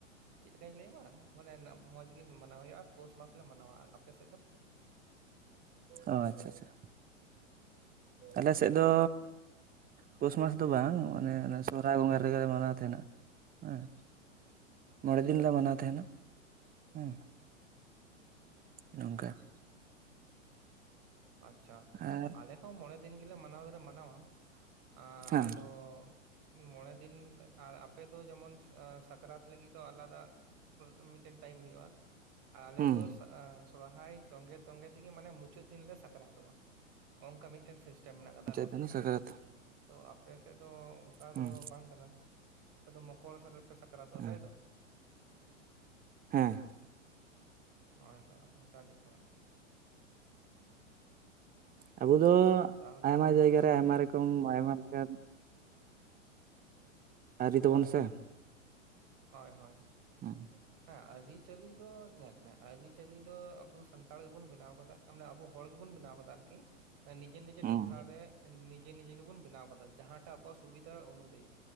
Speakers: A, on the right; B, on the right.
A: ᱪᱮᱫ ᱞᱮᱠᱟᱧ ᱞᱟᱹᱭ ᱟᱢᱟ ᱢᱟᱱᱮ ᱢᱚᱸᱡᱽ ᱜᱮ ᱢᱟᱱᱟᱣ ᱦᱩᱭᱩᱜᱼᱟ ᱟᱨ ᱯᱳᱥ ᱢᱟᱥ ᱞᱮ ᱢᱟᱱᱟᱣᱟ ᱟᱯᱮ ᱥᱮᱫ ᱫᱚ?
B: ᱚ ᱟᱪᱪᱷᱟ ᱟᱪᱪᱷᱟ ᱟᱞᱮ ᱥᱮᱫ ᱫᱚ ᱯᱳᱥ ᱢᱟᱥ ᱫᱚ ᱵᱟᱝ ᱚᱱᱮ ᱥᱚᱨᱟᱭ ᱵᱚᱸᱜᱟ ᱨᱮᱜᱮᱞᱮ ᱢᱟᱱᱟᱣ ᱛᱟᱦᱮᱱᱟ᱾ ᱦᱮᱸ ᱢᱚᱬᱮ ᱫᱤᱱ ᱞᱮ
A: ᱟᱪᱪᱷᱟ
B: ᱢᱟᱱᱟᱣ ᱛᱟᱦᱮᱱᱟ᱾ ᱦᱮᱸ ᱱᱚᱝᱠᱟ <unintelligible>
A: ᱟᱪᱪᱷᱟ
B: ᱟᱨ
A: ᱟᱞᱮ ᱦᱚᱸ ᱢᱚᱬᱮ ᱫᱤᱱ ᱜᱮᱞᱮ ᱢᱟᱱᱟᱣ ᱫᱚᱞᱮ ᱢᱟᱱᱟᱣᱟ᱾ ᱟ
B: ᱦᱮᱸ
A: ᱟᱫᱚ ᱢᱚᱬᱮ ᱫᱤᱱ ᱟᱨ ᱟᱯᱮ ᱫᱚ ᱡᱮᱢᱚᱱ ᱥᱟᱠᱨᱟᱛ ᱞᱟᱹᱜᱤᱫ ᱫᱚ ᱟᱞᱟᱫᱟ ᱢᱤᱫᱴᱮᱱ ᱴᱟᱭᱤᱢ ᱦᱩᱭᱩᱜᱼᱟ ᱟᱨ ᱟᱞᱮ
B: ᱦᱩᱸ
A: ᱫᱚ ᱥᱚᱨᱦᱟᱭ ᱛᱚᱸᱜᱮ ᱛᱚᱸᱜᱮ ᱛᱮᱜᱮ ᱢᱟᱱᱮ ᱢᱩᱪᱟᱹᱫ ᱫᱤᱱ ᱞᱮ ᱥᱟᱠᱨᱟᱛᱚᱜᱼᱟ ᱱᱚᱜ ᱱᱚᱝᱠᱟ ᱢᱤᱫᱴᱮᱱ ᱥᱤᱥᱴᱮᱢ ᱢᱮᱱᱟᱜ ᱟᱠᱟᱫᱟ
B: ᱢᱩᱪᱟᱹᱫ
A: ᱟᱞᱮᱥᱮᱫ
B: ᱮᱱᱟ
A: ᱫᱚ᱾
B: ᱥᱟᱠᱨᱟᱛ
A: ᱛᱚ ᱟᱯᱮ ᱥᱮᱫ ᱫᱚ? ᱫᱚ ᱚᱱᱠᱟ
B: ᱦᱩᱸ
A: ᱫᱚ ᱵᱟᱝ ᱠᱟᱱᱟ ᱟᱯᱮ ᱫᱚ ᱢᱚᱠᱚᱨ ᱥᱮᱫ ᱨᱮᱯᱮ ᱥᱟᱠᱨᱟᱛᱚᱜᱼᱟ
B: ᱦᱮᱸ
A: ᱛᱟᱭᱛᱚ?
B: ᱦᱮᱸ
A: ᱦᱳᱭ ᱦᱳᱭ ᱚᱱᱠᱟᱜᱮ ᱛᱷᱚᱲᱟ
B: ᱟᱵᱚ ᱫᱚ
A: ᱛᱟᱦᱚᱞᱮ
B: ᱟᱭᱢᱟ ᱡᱟᱭᱜᱟ
A: ᱥᱚᱨᱦᱟᱭ
B: ᱨᱮ ᱟᱭᱢᱟ ᱨᱚᱠᱚᱢ ᱟᱭᱢᱟ ᱞᱮᱠᱟᱱ ᱟᱹᱨᱤ ᱛᱟᱵᱚᱱ
A: ᱦᱳᱭ
B: ᱥᱮ
A: ᱦᱳᱭ ᱦᱳᱭ ᱦᱳᱭ ᱦᱳᱭ
B: ᱦᱮᱸ
A: ᱦᱮᱸ ᱟᱹᱨᱤᱪᱟᱹᱞᱤ ᱫᱚ ᱧᱮᱞ ᱢᱮ ᱟᱹᱨᱤᱪᱟᱹᱞᱤ ᱫᱚ ᱟᱵᱚ ᱥᱟᱱᱛᱟᱲ ᱜᱮᱵᱚᱱ ᱵᱮᱱᱟᱣ ᱟᱠᱟᱫᱟ ᱢᱟᱱᱮ ᱟᱵᱚ ᱦᱚᱲ ᱜᱮᱵᱚᱱ ᱵᱮᱱᱟᱣ ᱟᱠᱟᱫᱟ। ᱛᱟᱨᱠᱤ ᱱᱤᱡᱮ ᱱᱤᱡᱮ
B: ᱦᱮᱸ
A: ᱴᱚᱴᱷᱟ ᱨᱮ ᱱᱤᱡᱮ ᱱᱤᱡᱮ ᱜᱮ ᱵᱟᱵᱚᱱ ᱵᱮᱱᱟᱣ ᱟᱠᱟᱫᱟ ᱡᱟᱦᱟᱸᱴᱟᱜ ᱟᱵᱚᱣᱟᱜ ᱥᱩᱵᱤᱫᱷᱟ ᱚᱱᱩᱫᱟ. ᱭᱤ